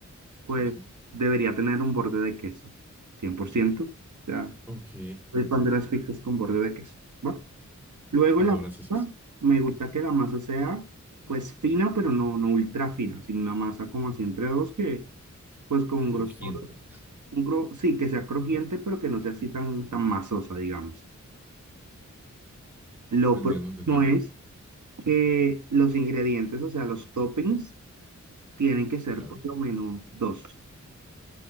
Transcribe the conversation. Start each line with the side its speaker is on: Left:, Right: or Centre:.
Centre: Sí,
Right: pues
Centre: sí, sí.
Right: debería tener un borde de queso, 100%. O sea,
Centre: Ok.
Right: soy fan de las pizzas con borde de queso. ¿va? Luego
Centre: Adoras
Right: la
Centre: esas.
Right: masa, me
Centre: Perfecto.
Right: gusta que la masa sea pues fina, pero no, no ultra fina, sino una masa como así entre dos que pues con un
Centre: Crujiente.
Right: grosor, un gro- sí, que sea crujiente, pero que no sea así tan, tan masosa, digamos. Lo
Centre: Te entiendo,
Right: próximo
Centre: te entiendo.
Right: es que los ingredientes, o sea, los toppings, tienen que ser
Centre: Claro.
Right: por lo menos dos.